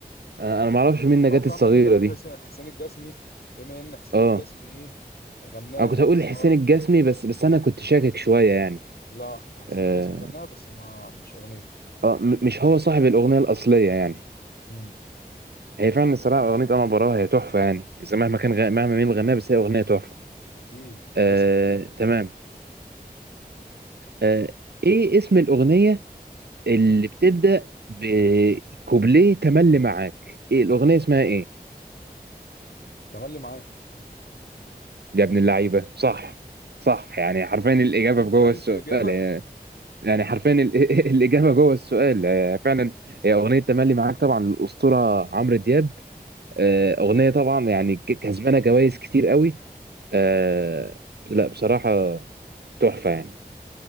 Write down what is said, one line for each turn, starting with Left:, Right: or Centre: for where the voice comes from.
Right: آه انا معرفش مين نجاة
Left: توقعت
Right: الصغيره
Left: ان انت هتقول
Right: دي
Left: حسين حسين الجسمي بما ان حسين
Right: اه
Left: الجسمي ايه غناها
Right: انا كنت هقول
Left: بس
Right: حسين
Left: هو
Right: الجسمي بس بس انا كنت شاكك شويه يعني
Left: لا حسين
Right: اه,
Left: الجسمي غناها بس ما مش اغنيته
Right: آه م- مش هو صاحب الاغنيه الاصليه يعني
Left: امم
Right: هي فعلا الصراحه اغنيه اما براوة هي تحفه يعني اذا مهما كان غ... مهما مين اللي غناها بس هي اغنيه تحفه
Left: اكيد
Right: آه
Left: اسم
Right: تمام آه ايه اسم الاغنيه اللي بتبدأ بكوبليه تملي معاك ايه الأغنية اسمها ايه
Left: تملي معاك
Right: يا ابن اللعيبة صح صح يعني حرفيا الإجابة
Left: تقول
Right: في
Left: سؤال
Right: جوه السؤال
Left: في اجابة
Right: يعني يعني حرفيا ال- <laughs> الإجابة جوه السؤال يعني فعلا هي أغنية تملي معاك طبعا للأسطورة عمرو دياب آه، أغنية طبعا يعني ك- كسبانة جوائز كتير قوي آه، لا بصراحة تحفة يعني